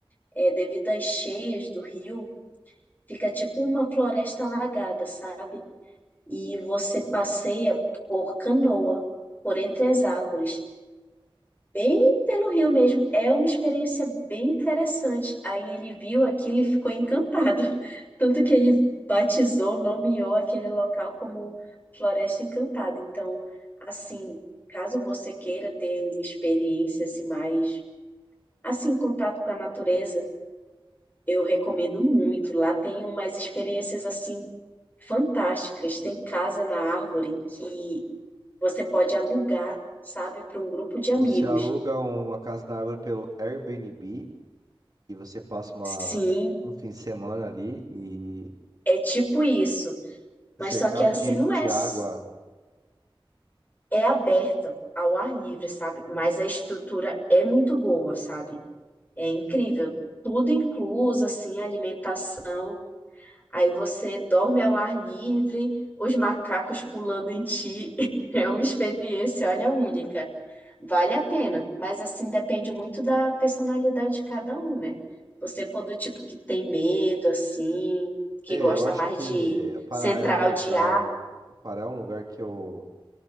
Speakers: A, on the left; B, on the right.
A: é, devido às cheias do rio, fica tipo uma floresta alagada, sabe? E você passeia por canoa, por entre as árvores. Bem pelo Rio mesmo. É uma experiência bem interessante. Aí ele viu aquilo e ficou encantado. <laughs> Tanto que ele batizou, nomeou aquele local como Floresta Encantada. Então, assim, caso você queira ter uma experiência assim mais assim em contato com a natureza, eu recomendo muito. Lá tem umas experiências assim fantásticas. Tem casa na árvore que você pode alugar, sabe, para um grupo de amigos.
B: Você aluga uma casa na árvore pelo Airbnb e você passa uma,
A: Sim,
B: um fim de semana ali e,
A: É tipo isso, mas
B: e cercado
A: só que assim
B: de,
A: não
B: de
A: é, s-
B: água.
A: é aberta ao ar livre, sabe? Mas a estrutura é muito boa, sabe? É incrível, tudo incluso, assim, alimentação. Aí você dorme ao ar livre, os macacos pulando em ti. <laughs> É uma experiência, olha, única. Vale a pena, mas assim depende muito da personalidade de cada um, né? Você for do tipo que tem medo, assim, que
B: É,
A: gosta
B: eu acho
A: mais
B: que
A: de
B: Pará
A: central
B: é um
A: de
B: lugar,
A: ar,
B: Pará é um lugar que eu,